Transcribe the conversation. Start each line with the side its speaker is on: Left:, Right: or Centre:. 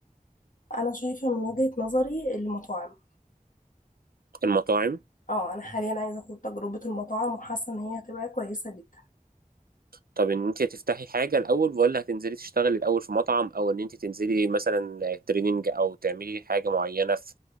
Left: انا شايفه من وجهه نظري المطاعم
Right: المطاعم
Left: اه انا حاليا عايزه اخد تجربه المطاعم وحاسه ان هي هتبقى كويسه جدا
Right: طب ان انت هتفتحي حاجة الاول ولا هتنزلي تشتغلي الاول في مطعم او ان انت تنزلي مثلا تريننج او تعملي حاجة معينة في